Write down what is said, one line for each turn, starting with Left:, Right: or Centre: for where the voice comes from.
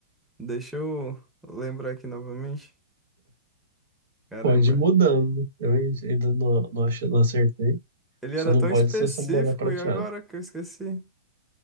Centre: Deixa eu lembrar aqui novamente. Caramba.
Right: Pode ir mudando. Eu ainda não, não, achei- não acertei.
Centre: Ele
Right: Só
Centre: era
Right: não
Centre: tão
Right: pode
Centre: específico
Right: ser o samurai prateado.
Centre: e agora que eu esqueci.